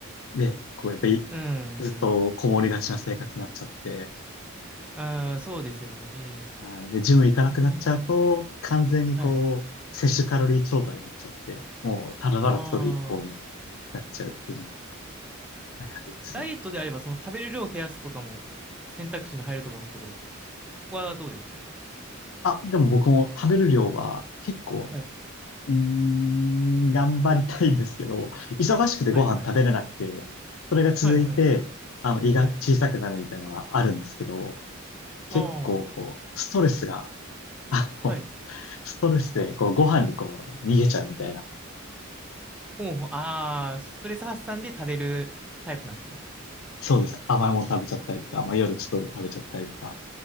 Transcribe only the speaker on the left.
で、こう、やっぱり、
ずっとこもりがちな生活になっちゃって、
はい。で、ジム行かなくなっちゃうと、
完全にこう、
摂取カロリー超過になっちゃって、もう、ただただ太る一方に
なっちゃうっていうのが悩みですね。
あ、でも僕も食べる量は結構、
うーん、頑張りたいんですけど、忙しくてご飯食べれなくて、
それが続いて、
あの、胃が小さくなるみたいなのはあるんですけど、
結構こう、
ストレスが、あの、
ストレスで、こう、ご飯にこう、逃げちゃうみたいな。
そうです。甘いもの食べちゃったりとか、まあ、夜ちょっと食べちゃったりとか、